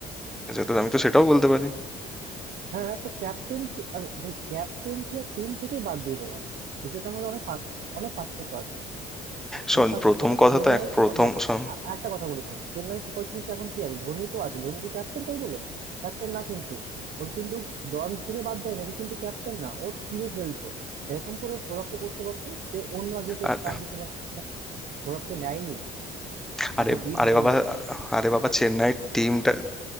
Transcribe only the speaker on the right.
হ্যাঁ তো ক্যাপ্টেন্সি আর ভাই ক্যাপ্টেন্সি আর টিম থেকেই বাদ দিয়ে দেওয়া বিষয়টার মধ্যে অনেক পার্থ- অনেক পার্থক্য আছে
অনেক পার্থক্য
আছে
চেন্নাই
সুপার
দেখ
আ- আ- একটা কথা বলি শোন চেন্নাই সুপার কিংস এখন কি আছে ধোনি তো আছে ধোনি কি ক্যাপ্টেন তাই বলে ক্যাপ্টেন না কিন্তু ওকে কিন্তু দল থেকে বাদ দেয় না ওকে কিন্তু ক্যাপ্টেন না ও টিমে খেলছে এরকম করে সৌরভকে করতে পারতো যে অন্য একদিন করে
টান দিতে পারতো বা সৌরভকে নেয়নি
ওকে বিট
দেয়নি
ভাই